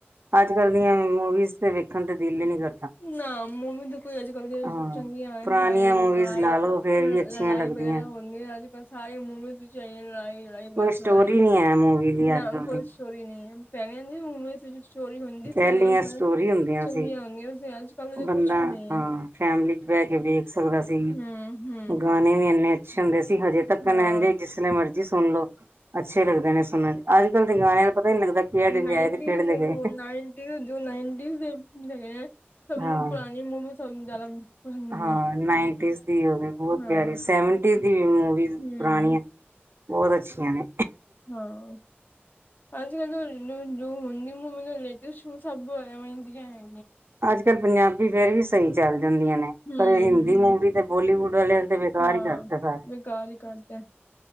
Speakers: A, on the right; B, on the left.
A: ਅੱਜ -ਕੱਲ ਦੀਆਂ ਮੂਵੀਜ਼ ਤੇ ਵੇਖਣ ਤੇ ਦਿਲ ਹੀ ਨਹੀਂ ਕਰਦਾ ‌।
B: ਨਾ ਮੂਵੀ ਤਾਂ ਕੋਈ ਅੱਜ ਕੱਲ ਦੀ
A: ਹਾਂ
B: ਚੰਗੀਆਂ ਆ
A: ਪੁਰਾਣੀਆਂ
B: ਸਾਰੇ
A: ਮੂਵੀਜ਼
B: ਲੜਾਈ
A: ਲਾ ਲਓ। ਫੇਰ
B: ਲੜਾਈ
A: ਵੀ ਅੱਛੀਆਂ ਲੱਗਦੀਆਂ।
B: ਵਗੈਰਾ ਹੁੰਦੀ ਹੈ ਅੱਜ ਕੱਲ ਸਾਰੀ ਮੂਵੀਜ਼ 'ਚ ਲੜਾਈ-ਲੜਾਈ
A: ਕੋਈ
B: ਬਸ
A: ਸਟੋਰੀ
B: ਲੜਾਈ
A: ਨਹੀਂ ਹੈ ਮੂਵੀ ਦੀ
B: ਨਾ
A: ਅੱਜ ਕੱਲ੍ਹ
B: ਕੋਈ
A: ਦੀ
B: ਸਟੋਰੀ ਨਹੀਂ ਹੈ। ਪੈਣੇ ਆ ਜੀ ਮੂਵੀਜ਼ ਦੇ ਵਿੱਚ। ਸਟੋਰੀ ਹੁੰਦੀ
A: ਪਹਿਲੀਆਂ
B: ਸੀ
A: ਸਟੋਰੀ ਹੁੰਦੀਆਂ
B: ਚੰਗੀਆਂ
A: ਸੀ।
B: ਹੁੰਦੀਆਂ ਵੈਸੇ ਅੱਜ ਕੱਲ ਤਾਂ
A: ਬੰਦਾ
B: ਕੁਛ ਵੀ ਨਹੀਂ
A: ਹਾਂ
B: ਹੈ।
A: ਫੈਮਲੀ ਚ ਬਹਿ ਕੇ ਵੇਖ ਸਕਦਾ ਸੀ,
B: ਹੂੰ-ਹੂੰ।
A: ਗਾਣੇ ਵੀ ਇੰਨੇ ਅੱਛੇ ਹੁੰਦੇ ਸੀ ਹਜੇ ਤੱਕ
B: ਹਾਂ,
A: ਜਿਸਨੇ ਮਰਜ਼ੀ ਸੁਣਲੋ ਅੱਛੇ ਲੱਗਦੇ ਨੇ ਸੁਣਨ। ਅੱਜ ਕੱਲ੍ਹ ਦੇ ਗਾਣਿਆਂ ਦਾ ਪਤਾ ਹੀ ਨਹੀਂ ਲੱਗਦਾ ਕਿਹੜੇ
B: ਨਾਈਨਟੀ
A: ਦੇ ਆਏ ਤੇ ਕਿਹੜੇ
B: ਸੀ
A: ਦੇ ਗਏ।
B: ਮੂਵੀਜ਼ ਨਾਈਨ ਜੋ ਨਾਈਟੀ ਦੇਗੇ ਆ ਸਭ ਨੂੰ
A: ਹਾਂ
B: ਪੁਰਾਣੀ ਮੰਮੀਸ ਨੂੰ ਜ਼ਿਆਦਾ ਪਸੰਦ
A: ਹਾਂ
B: ਨੇ
A: ਨਾਈਥ ਇਸ ਦੀ ਉਦੋਂ ਵੀ ਬਹੁਤ
B: ਹਾਂ।
A: ਪਿਆਰੀ ਸੈਵਨ। ਦੀ ਮੂਵੀਜ਼
B: ਹੂੰ।
A: ਪੁਰਾਣੀਆਂ ਬਹੁਤ ਅੱਛੀਆਂ ਨੇ।
B: ਹਾਂ। ਅੱਜ-ਕੱਲ ਜੋ ਜੋ ਹੁੰਦੀ ਮੂਵੀਜ਼ ਰੈਲਟਸਟ ਸਭ ਇਵੇਂ ਦੀਆਂ ਹੈ।
A: ਅੱਜ-ਕੱਲ ਪੰਜਾਬੀ ਫੇਰ ਵੀ ਸਹੀ ਚੱਲ ਜਾਂਦੀਆਂ ਨੇ
B: ਹੂੰ-ਹੂੰ
A: ਪਰ ਹਿੰਦੀ ਮੂਵੀ ਤੇ ਬੋਲੀਵੁੱਡ। ਵਾਲੀਆਂ ਤੇ ਬੇਕਾਰ
B: ਹਾਂ
A: ਹੀ ਕਰਤੇ ਸਾਰੇ।
B: ਬੇਕਾਰ ਹੀ ਕਰਤਾ